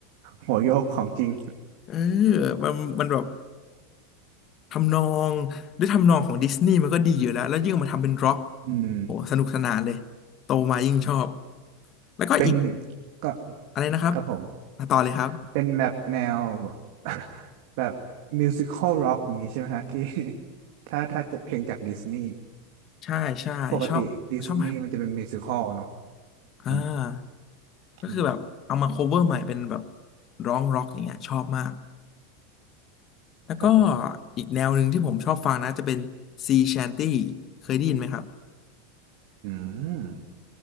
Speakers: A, on the right (about 65°); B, on the left (about 40°).
A: หัวโยกของจริง
B: เออมันมันแบบทำนองด้วยทำนองของดิสนีย์มันก็ดีอยู่แล้วแล้วยิ่งมาทำเป็นร็อก
A: อืม
B: โหสนุกสนานเลยโตมายิ่งชอบแล้วก็อีก
A: เป็นก็
B: อะไรนะครับ
A: ครับผม
B: มาต่อเลยครับ
A: เป็นแบบแนว <laughs> แบบมิวสิคอลร็อกอย่างนี้ใช่ไหมฮะที่ <laughs> ถ้าถ้าจะเพลงจากดิสนีย์
B: ใช่ใช่ชอบชอบแบบ
A: ปกติดิสนีย์มันจะเป็นมิวสิคอลเนาะ
B: อ่า
A: มัน
B: ก็คือแบบเอามา
A: อืม
B: cover ใหม่เป็นแบบร้องร็อกอย่างเงี้ยชอบมากแล้วก็
A: ครับผม
B: อีกแนวหนึ่งที่ผมชอบฟังนะจะเป็น Sea Shanty เคยได้ยินไหมครับ
A: อืม